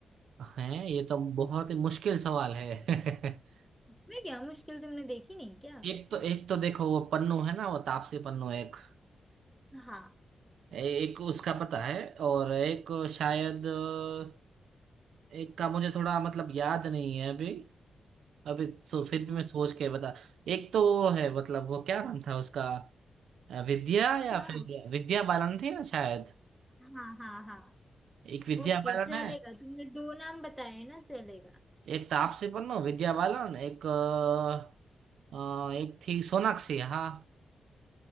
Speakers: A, on the right; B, in the centre.
A: है ये तो बहुत ही मुश्किल सवाल है <laughs>
B: मैं क्या मुश्किल तुमने देखी नहीं क्या
A: एक तो एक तो देखो वो पन्नू है ना वो तापसी पन्नू एक
B: हाँ
A: एक उसका पता है और एक शायद अ, एक का मुझे थोड़ा मतलब याद नहीं है अभी अभी तो फिर
B: तुमने
A: भी मैं सोच के बता एक तो वो है मतलब वो क्या नाम था उसका अ, विद्या या
B: क्या
A: फिर विद्या बालन थी ना शायद
B: हाँ हाँ हाँ
A: एक विद्या
B: ओके
A: बालन
B: चलेगा
A: है
B: तुमने दो नाम बताए ना चलेगा
A: एक तापसी पन्नू विद्या बालन एक अ, अ, एक थी सोनाक्षी हाँ